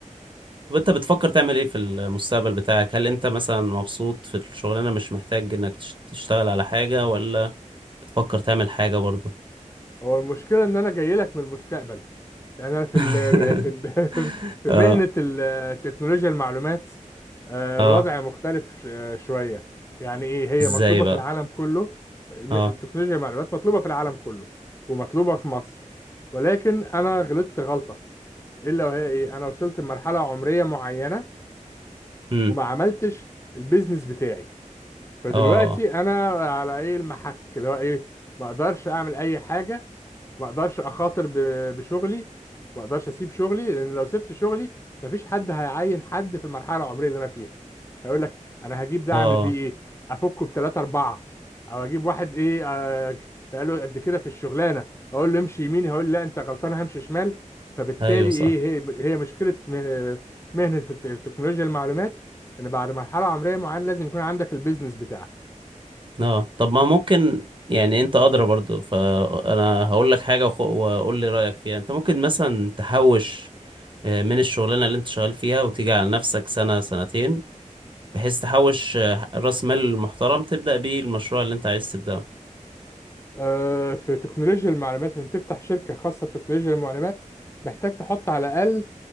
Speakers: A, on the right; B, on the left.
A: طب انت بتفكر تعمل ايه في المستقبل بتاعك هل انت مثلا مبسوط في الشغلانة مش محتاج انك تش- تشتغل على حاجة ولا بتفكر تعمل حاجة برضه
B: هو المشكلة إن أنا جاي لك من المستقبل يعني انا في
A: <laughs>
B: ال في ال <laughs> في
A: اه
B: مهنة ال- تكنولوجيا المعلومات آه،
A: اه
B: الوضع مختلف آه، شوية يعني ايه هي
A: ازاي
B: مطلوبة
A: بقى
B: في العالم كله الم-
A: اه
B: التكنولوجيا المعلومات مطلوبة في العالم كله ومطلوبة في مصر ولكن انا غلطت غلطة الا وهي ايه انا وصلت لمرحلة عمرية معينة
A: امم
B: وما عملتش البيزنس بتاعي فدلوقتي
A: اه
B: انا على ايه المحك اللي هو ايه ما اقدرش اعمل اي حاجه ما اقدرش اخاطر ب- بشغلي ما اقدرش اسيب شغلي لان لو سبت شغلي مفيش حد هيعين حد في المرحله العمريه اللي انا فيها هيقول لك انا هجيب ده
A: اه
B: اعمل بيه ايه افكه بثلاثه اربعه او اجيب واحد ايه آه، بقى له قد كده في الشغلانه اقول له امشي يمين هيقول لي لا انت غلطان همشي شمال فبالتالي
A: ايوه صح
B: ايه هي هي مشكله مه- مهنه في الت- التكنولوجيا المعلومات ان بعد مرحله عمريه معينه لازم يكون عندك البيزنس بتاعك
A: اه طب ما ممكن يعني انت ادرى برضه فانا هقول لك حاجة وخ- وقول لي رأيك فيها انت ممكن مثلا تحوش آه، من الشغلانة اللي انت شغال فيها وتيجي على نفسك سنة سنتين بحيث تحوش آه، راس مال محترم تبدأ بيه المشروع اللي انت عايز تبدأه
B: آه، في تكنولوجيا المعلومات ان تفتح شركه خاصه بتكنولوجيا المعلومات محتاج تحط على الاقل